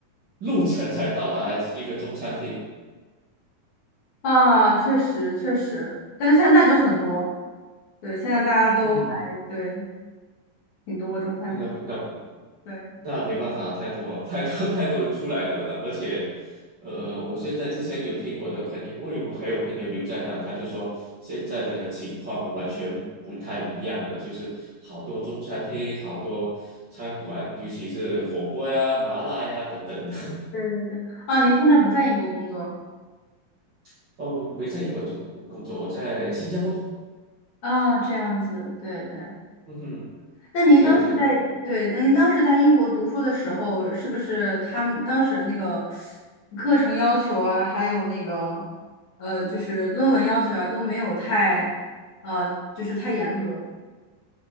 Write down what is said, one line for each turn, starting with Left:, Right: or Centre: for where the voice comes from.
Right: 路程才到达一个中餐厅。
Left: 啊，确实确实，但是现在就很多，对，现在大家都还对
Right: 嗯，
Left: 挺多中餐厅，
Right: 那不那不。
Left: 对。
Right: 那没办法，太多 <laughs> 太多太多人出来了，那而且，呃，我现在之前有听我的朋友，因为我还有朋友留在那，他就说现在的情况完全不太一样了，就是好多中餐厅、好多餐馆，尤其是火锅呀、麻辣呀等等的。
Left: 对对对，啊，您现在不在英国工作
Right: <laughs> 哦，我没在英国做工作，我在新加坡，
Left: 啊，这样子，对对，呃，
Right: 嗯哼，
Left: 那您当时在，
Right: 所以就
Left: 对，那您当时在英国读书的时候，是不是他们当时的那个课程要求啊，还有那个呃，就是论文要求啊，都没有太呃，就是太严格？